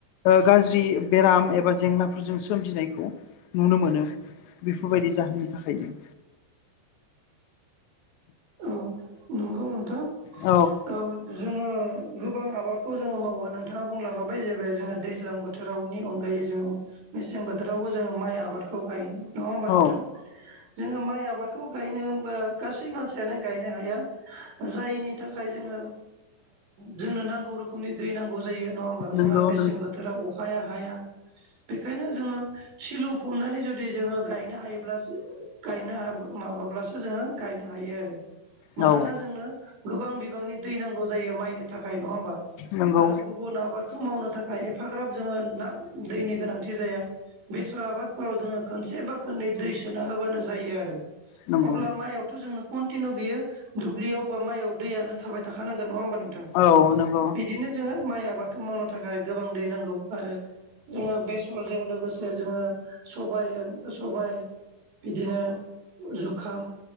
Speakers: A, on the left; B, on the right.
A: गाज्रि बेराम एबा जेंनाफोरजों सोमजिनायखौ नुनो मोनो। बेफोरबायदि जाहोननि थाखायनो
B: औ नंगौ नोंथां
A: ओमफ्राय
B: औ। जोङो गोबां आबादखौ जोङो मावो नोंथाङा बुंलाङोबाय जे बे जोङो दैज्लां बोथोर बोथोरावनि अनगायै जों मेसें बोथोरावबो जोङो माइ आबादखौ गायो। नङा होमबा
A: औ
B: नोंथां जोङो माइ आबादखौ गायनो होमबा गासै मानसि यानो गायनो हाया जायनि थाखाय जोङो जोंनो नांगौ रोखोम रोखोमनि दै नांगौ जायो नङा होमबा जोंहा
A: नंगौ
B: मेसें
A: नंगौ
B: बोथोरा अखाया हाया बेखायनो जोङो सिलु फबनानै जुदि जोङो गायनो हायोब्लासो गायनो माबाब्लासो जोङो गायनो हायो आरो। मानोना
A: औ
B: जोंनो गोबां बिबांनि दै नांगौ जायो माइ थाखाय नङा होमबा
A: नंगौ
B: आरो गुब गुबुन आबादखौ मावनो थाखाय एफाग्राब जोङो ना दैनि गोनांथि जाया। बेसर आबादफोराव जोङो खनसे बा खोननै दै सोना होबानो जायो आरो।
A: नंगौ
B: अब्ला माइआवथ' जोंनो कन्टिनिउ बियो दुब्लियाव बा माइआव दैयानो थाबाय थाखानांगोन नङा होमबा नों थां
A: औ नंगौ
B: बिदिनो जोङो माइ आबादखौ मावनो थाखाय गोबां दै नांगौ आरो जोङो बेसरजों लोगोसे जोङो सबाय-सबाय बिदिनो जुखाम